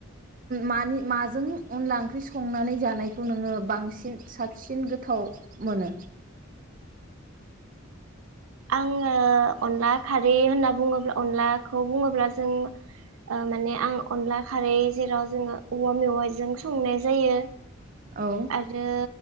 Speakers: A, on the right; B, on the right.
A: मानि माजों अनला ओंख्रि संनानै जानायखौ नोंङो बांसिन साबसिन गोथाव मोनो
B: आंङो अनला खारै होनना बुङोब्ला अनलाखौ बुङोब्ला जों आ माने आं अनला खारै जेराव जोंङो औवा मेवाइजों संनाय जायो
A: औ
B: आरो